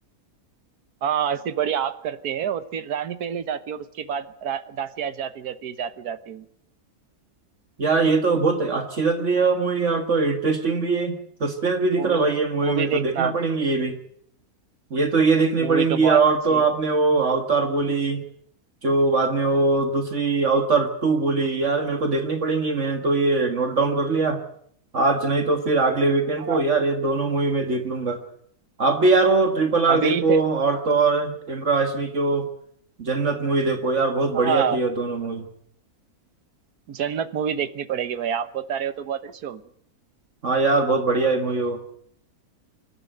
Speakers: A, on the right; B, on the right.
A: हाँ ऐसे बड़ी आग करते हैं और फिर रानी पहले जाती है और उसके बाद रा- दासिया जाती जाती जाती जाती है।
B: यार ये तो बहुत अच्छी लग रही है मूवी यार तो इंटरेस्टिंग भी है सस्पेंस भी दिख
A: मूवी
B: रहा है भाई ये मूवी
A: मूवी
B: में तो
A: देखना
B: देखना पड़ेंगी ये भी ये तो ये देखनी
A: मूवी
B: पड़ेंगी
A: तो बहुत
B: और
A: अच्छी
B: तो आपने
A: है
B: वो अवतार बोली जो बाद में वो दूसरी अवतार टू बोली यार मेरे को देखनी पड़ेंगी मैंने तो ये नोट डाउन कर लिया आज नहीं तो फिर अगले वीकेंड
A: हाँ
B: को यार ये दोनों मूवी मैं देख लूंगा आप भी यार वो ट्रिपल आर
A: अभी
B: देखो
A: थे
B: और तो और इमरान हाशमी की वो जन्नत मूवी देखो यार बहुत बढ़िया
A: हाँ
B: थी ये दोनों मूवी
A: जन्नत मूवी देखनी पड़ेगी भाई आप बता रहे हो तो बहुत अच्छी होगी
B: हाँ यार बहुत बढ़िया मूवी हो